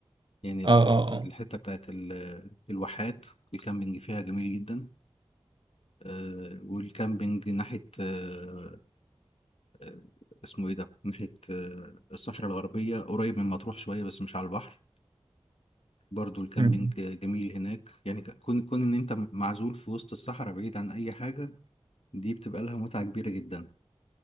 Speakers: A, on the left; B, on the right.
A: يعني الحته
B: اه اه اه
A: الحته بتاعت ال... الواحات الكامبينج فيها جميل جدا آه والكامبينج ناحيه آه آه، اسمه ايه ده ناحيه آه الصحراء الغربيه قريب من مطروح شويه بس مش على البحر برضو الكامبينج
B: مم.
A: جميل هناك يعني كون كون ان انت معزول في وسط الصحراء بعيد عن اي حاجه دي بتبقى لها متعه كبيره جدا